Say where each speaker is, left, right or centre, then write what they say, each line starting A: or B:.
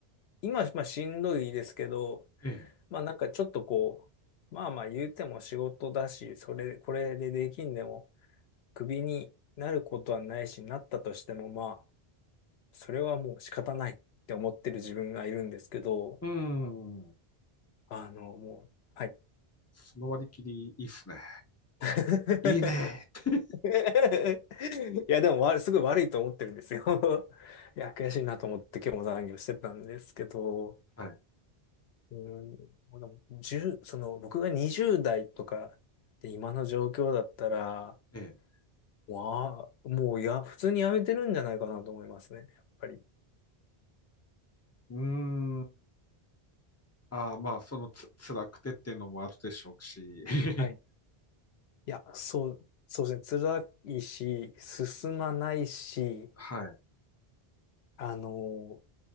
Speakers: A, on the left (about 75°); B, on the left (about 20°).
A: 今、まあ、しんどいですけど、
B: ええ。
A: まあ、なんかちょっとこう、まあまあ言うても仕事だし、それ、これでできんでも、クビになることはないし、なったとしても、まあ、それはもう仕方ないって思ってる自分がいるんですけど、
B: うん。
A: あの、もう、はい。
B: その割り切り、いいっすね。
A: <laughs>
B: いいねーって
A: <laughs> いや、でもわ、すごい悪いと思ってるんですよ。<laughs> いや、悔しいなと思って今日も残業してたんですけど、
B: はい。
A: うん、でも10、その、僕が20代とかで今の状況だったら、
B: ええ。
A: わあ、もういや、普通に辞めてるんじゃないかなと思いますね、やっぱり。
B: うーん。ああ、まあ、そのつ、辛くてっていうのもあるでしょうし。<laughs>
A: はい。いや、そう、そうですね、辛いし、進まないし、
B: はい。
A: あの、